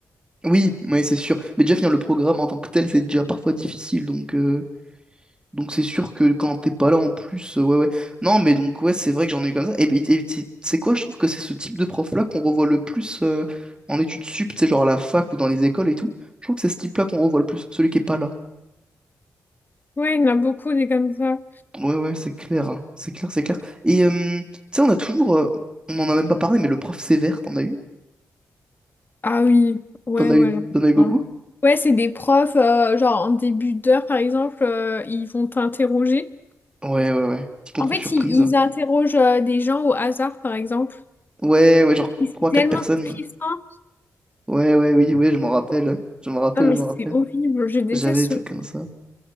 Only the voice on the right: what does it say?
Oui, ouais, c'est sûr. Mais déjà, finir le programme en tant que tel, c'est déjà parfois difficile. Donc, euh, Donc c'est sûr que quand t'es pas là en plus, euh, ouais ouais. Non mais donc ouais c'est vrai que j'en ai eu comme ça. Et, ben, et c'est c'est quoi? Je trouve que c'est ce type de prof-là qu'on revoit le plus euh, en études sup, tu sais, genre à la fac ou dans les écoles et tout. Je trouve que c'est ce type-là qu'on revoit le plus, celui qui est pas là.
Ouais ouais c'est clair, hein. c'est clair, c'est clair. Et euh, tu sais on a toujours, euh, on en a même pas parlé, mais le prof sévère, t'en as eu?
T'en as
eu,
t'en as eu
beaucoup?
Ouais ouais ouais. Petit contrôle
surprise.
Ouais ouais genre
trois
quatre personnes.
Ouais ouais oui ouais je m'en rappelle, je m'en rappelle,
je m'en
rappelle.
J'avais des trucs
comme ça.